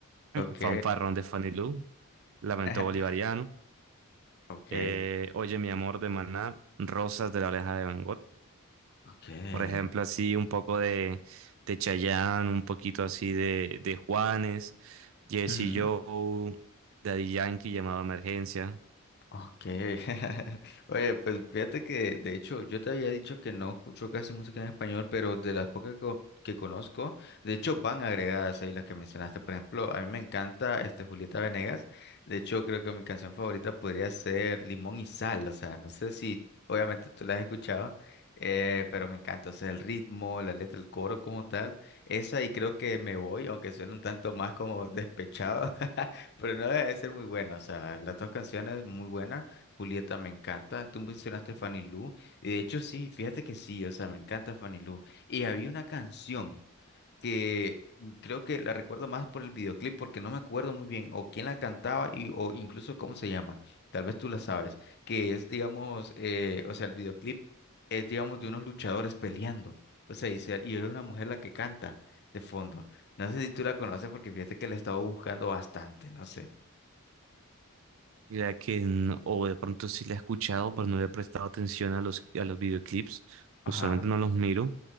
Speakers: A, on the right; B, on the left.
A: <clears throat>
B: Ok.
A: Fanfarrón de Fanny Lu, Lamento Bolivariano,
B: <laughs> Ok,
A: eh, Oye mi amor de Maná, Rosas de la oreja de Van Gogh,
B: ok.
A: por ejemplo, así un poco de, de Chayanne, un poquito así de, de Juanes, Jesse
B: Ujú.
A: Joe, Daddy Yankee, Llamado a Emergencia.
B: Ok. <laughs> Oye, pues fíjate que de hecho yo te había dicho que no escucho casi música en español, pero de las pocas co- que conozco, de hecho van agregadas ahí las que mencionaste. Por ejemplo, a mí me encanta este Julieta Venegas. De hecho, creo que mi canción favorita podría ser Limón y Sal. O sea, no sé si obviamente tú la has escuchado, eh, pero me encanta. O sea, el ritmo, la letra, el coro como tal. Esa y creo que Me Voy, aunque suene un tanto más como despechado. <laughs> Pero no debe de ser muy buena, o sea, las dos canciones muy buenas. Julieta me encanta. Tú mencionaste Fanny Lu, y de hecho sí, fíjate que sí, o sea, me encanta Fanny Lu. Y había una canción que mm, creo que la recuerdo más por el videoclip, porque no me acuerdo muy bien o quién la cantaba y, o incluso cómo se llama. Tal vez tú la sabes, que es, digamos, eh, o sea, el videoclip es, digamos, de unos luchadores peleando. O sea, y, se- y es una mujer la que canta de fondo. No sé si tú la conoces porque fíjate que la he estado buscando bastante, no sé.
A: Mira que, no- o de pronto sí la he escuchado, pero no le he prestado atención a los, a los videoclips,
B: Ajá,
A: usualmente no los miro.